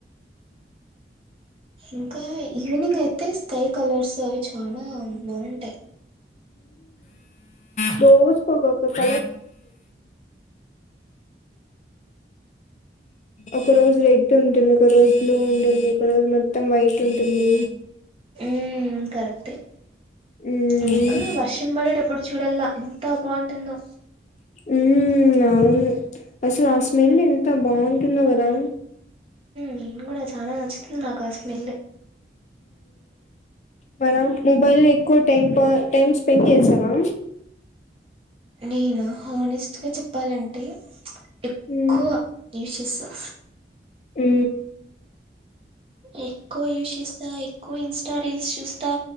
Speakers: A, on the right (about 30°); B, on the left (about 40°).
A: ఇంకా ఈవినింగ్ అయితే స్కై కలర్స్ అవి చాలా బాగుంటాయి
B: జోస్కోకక క ఒక రోజు రెడ్ ఉంటుంది ఒక రోజు బ్లూ ఉంటుంది ఒక రోజు మొత్తం వైట్ ఉంటుంది
A: ఉ కరెక్టే
B: మ్మ్
A: ఇంకా వర్షం పడిట ఎప్పుడు చూడల్లా ఎంతావన్ పెుటును
B: ఉవు అసలు ఆ స్మెల్ ఎంత బాగుంటుందవు కదా
A: నేను కూడా చాలా నచ్చుతుంది నాకు ఆ స్మెల్
B: మన మొబైల్ లో ఎక్కువ టైమ్ టైమ్ స్పెండ్ చేసాారా
A: నేను హానెస్ట్గా చెప్పాలంటే ఎక్కువ
B: ఉమ్
A: యశస్సు
B: ఏ
A: ఎక్కువ వ్యూస్ ఇస్తాయి కో ఇన్స్టా రీల్స్ చూస్తా